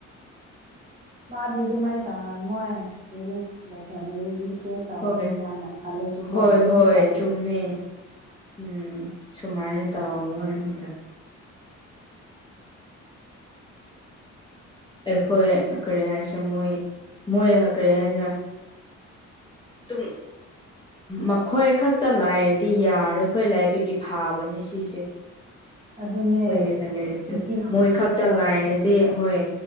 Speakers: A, on the right (about 25°); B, on the left (about 15°).
A: ꯃꯥꯗꯤ ꯑꯗꯨꯃꯥꯏꯅ ꯇꯧꯔꯝꯃꯣꯏ ꯂꯥꯏꯔꯤꯛ ꯑꯦ ꯂꯥꯏꯔꯤꯛ ꯌꯨꯀꯦꯠ ꯇꯥꯎꯕꯅꯤꯅꯅ
B: ꯍꯣꯏ
A: ꯈꯜꯂꯁꯨꯀꯣ
B: ꯍꯣꯏ
A: ꯑꯗꯨꯝ
B: ꯍꯣꯏ
A: ꯇꯧ
B: ꯆꯨꯝꯃꯦ ꯎꯝ ꯁꯨꯃꯥꯏꯅ ꯇꯥꯎꯕ ꯋꯥꯅꯤꯗ ꯑꯩꯈꯣꯏ ꯀꯔꯤ ꯍꯥꯏꯁꯤꯔꯥ ꯃꯣꯏ ꯃꯣꯏ ꯀꯔꯤ ꯍꯥꯏꯁꯤꯔꯥ ꯇꯨꯝ ꯃꯈꯣꯏ ꯈꯛꯇ ꯂꯩꯔꯗꯤ ꯌꯥꯔꯣꯏ ꯑꯩꯈꯣꯏ ꯂꯥꯏꯕꯒꯤ ꯐꯥꯕꯅꯦ ꯁꯤꯁꯦ
A: ꯑꯗꯨꯅꯦ
B: ꯍꯣꯏ ꯑꯗꯨꯅꯤ ꯑꯗꯨ
A: ꯃꯤꯅ
B: ꯃꯣꯏ
A: ꯁꯦꯠꯂꯣꯏ
B: ꯈꯛꯇ ꯂꯥꯏꯔꯗꯤ ꯍꯣꯏ